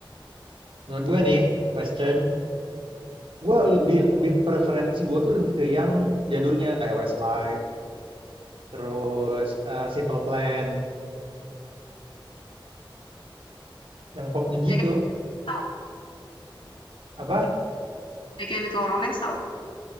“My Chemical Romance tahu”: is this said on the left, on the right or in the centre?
Left